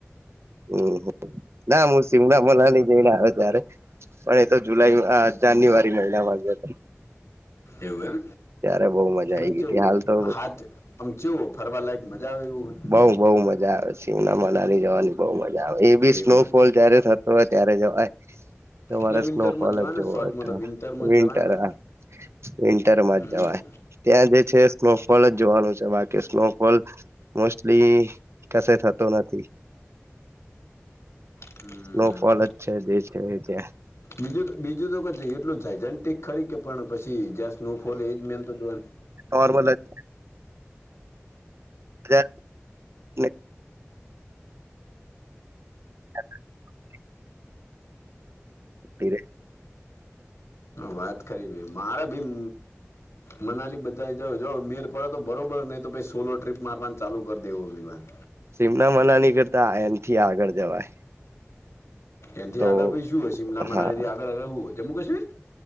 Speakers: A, on the right; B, on the left.
A: અહ, ના હું શિમલા મનાલી ગયેલા હતા ત્યારે પણ એ તો જુલાઈ અ જાન્યુઆરી મહિનામા ગ્યો હતો.
B: એવું એમ
A: ત્યારે બહુ મજા
B: મે
A: આઈ ગઈ
B: ચેવું
A: હતી હાલ તો
B: હાથ આમ ચેવું હો ફરવા લાયક મજા આવે એવું હો.
A: બઉ બઉ મજા આવે શિમના મનાલી જવાની બહુ મજા આવે એ બી
B: હોય
A: સ્નોફોલ
B: એવું એમ
A: જયારે થ તોય ત્યારે જવાય. તમારે
B: એટલે
A: સ્નોફોલ
B: વિન્ટરમાં જવાય
A: જ જોવો
B: ને શોર્ટમાં તો વિન્ટરમાં
A: વિન્ટર
B: જ જવાય ને
A: હ વિન્ટરમાં
B: હમ
A: જ. જવાય ત્યાં જે છે સ્નોફોલ જ જોવાનું છે બાકી સ્નોફોલ મોસ્ટલી કસે થતો નથી.
B: હમ
A: સ્નોફોલ જ છે જે છે એ છે.
B: બીજું દ બીજું તો ક એટલું જાયજેન્ટિક ખરી કે પણ પછી, જ્યાં સ્નોફોલ એજ મેન તો જોવાનું
A: કાર્બોનેટ કયા ને <inaudible> ઉભીરે
B: વાત ખરી ભઈ મારે ભીમ મનાલી બધા એ જવુ, જો નેર પડે તો બરોબર, નહી તો ભાઈ સોલો ટ્રીપ મારવાનું ચાલુ કરી દેવું વિવાને.
A: શિમના મનાલી કરતા એનથી આગળ જવાય.
B: એનથી
A: તો
B: આગળ પછી શું હોય? સીમલા
A: હા
B: મનાલી થી આગળ હવે હું હોય? જમ્મુ કાશ્મીર?